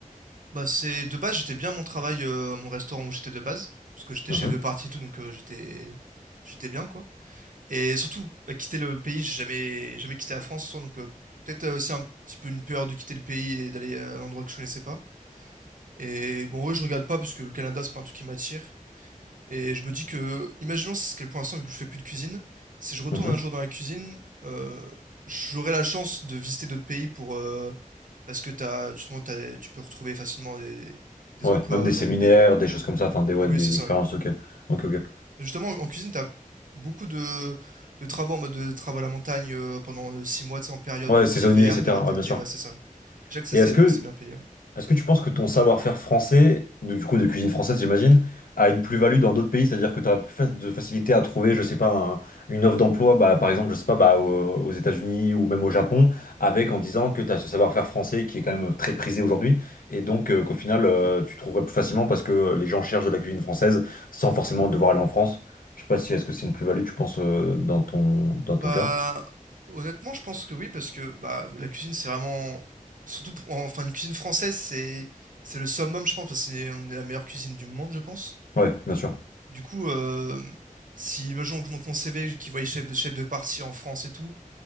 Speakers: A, on the right (about 70°); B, on the left (about 80°).
A: Bah, c'est de base, j'étais bien mon travail, heu, mon restaurant où j'étais de base, parce que j'étais
B: mhm,
A: chef de partie et tout, donc heu, j'étais j'étais bien, quoi et surtout, bah, quitter le pays, j'ai jamais jamais quitté la France, donc heu, peut-être, heu, c'est un petit peu une peur de quitter le pays et d'aller, heu, à un endroit que je connaissais pas et bon, ouais, je regarde pas parce que le Canada, c'est pas un truc qui m'attire et je me dis que, imaginons ce qu'est pour l'instant, vu que je fais plus de cuisine, si je retourne
B: mhm.
A: un jour dans la cuisine, euh, j'aurai la chance de visiter d'autres pays pour, euh, parce que t'as, justement, t'as, tu peux retrouver facilement des, des
B: Ouais,
A: emplois
B: même des
A: euh,
B: séminaires,
A: dans d'autres pays, quoi.
B: des choses comme ça, enfin des, ouais,
A: Oui,
B: des
A: c'est ça,
B: expériences,
A: ouais.
B: ok. Ok, ok.
A: Justement, en cuisine, tu as beaucoup de, de travaux en mode de travaux à la montagne euh, pendant euh, six mois, tu sais, en période
B: Ouais,
A: euh,
B: saisonnier,
A: d'hiver,
B: etc.
A: période d'été,
B: Ouais, bien sûr.
A: ouais, c'est ça. Je sais que ça,
B: Et
A: c'est
B: est-ce que
A: c'est bien payé, ouais.
B: Est-ce que tu penses que ton savoir-faire français, de- du coup de cuisine française, j'imagine, a une plus-value dans d'autres pays? C'est-à-dire que tu as plus fa- de facilité à trouver, je sais pas, un- une offre d'emploi, bah, par exemple, je sais pas, bah, aux, aux États-Unis ou même au Japon, avec en disant que tu as ce savoir-faire français qui est quand même très prisé aujourd'hui, et donc euh, qu'au final, euh, tu trouverais plus facilement parce que les gens cherchent de la cuisine française sans forcément devoir aller en France. Je sais pas si est-ce que c'est une plus-value, tu penses, euh, dans ton, dans ton
A: Bah,
B: cas?
A: honnêtement, je pense que oui, parce que, bah, la cuisine, c'est vraiment surtout pou enfin, une cuisine française, c'est c'est le summum, je pense, enfin, c'est on est la meilleure cuisine du monde, je pense.
B: Ouais, bien sûr.
A: Du coup, hem, si imaginons que je monte mon CV, qu'ils voient les chefs de chefs de parti en France et tout,